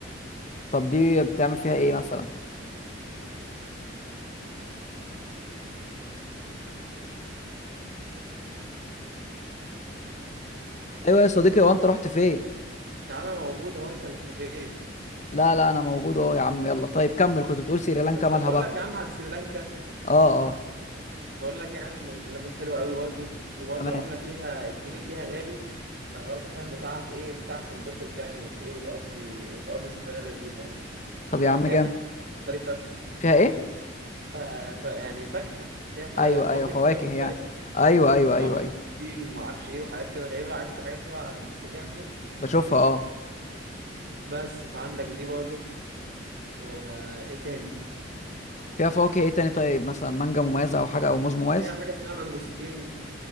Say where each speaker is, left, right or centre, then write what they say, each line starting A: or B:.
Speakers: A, on the left; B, on the right.
A: طب دي بتعمل فيها ايه مثلا ايوه يا صديقي هو انت رحت فين
B: يا عم موجودة وانت اللي اختفيت
A: لا لا انا موجود اهو يا عم يلا طيب كمل كنت بتقول سريلانكا
B: كنت
A: مالها
B: بقول
A: بقى
B: لك يا عم عن سريلانكا
A: اه اه
B: بقول لك يعني من البلاد الحلوة قوي برضه وبرضه
A: تمام
B: العملة فيها الجنيه فيها غالي فبرضه فاهم بتعرف ايه بتعرف تنبسط يعني وت ايه وتقضي وتقضي سفرية لذيذة يعني
A: طب
B: وطبعا
A: يا عم
B: فيها
A: جام
B: فاكهة كتير مختلفة
A: فيها ايه
B: ف... ف... يعني فاكهة فيها ف...
A: ايوه
B: فواكه
A: ايوه فواكه
B: كتير مختلفة
A: يعني ايوه ايوه
B: لا
A: ايوه
B: مانجستين
A: ايوه
B: وما اعرفش ايه وحاجات كده غريبه عارف انت حاجات شبه على الانستجرام دي
A: بشوفها اه
B: بس فعندك دي برضه وايه تاني
A: فيها فواكه ايه تاني طيب مثلا مانجا مميزة او حاجة او موز مميز
B: فيها حاجه اسمها مانجوستين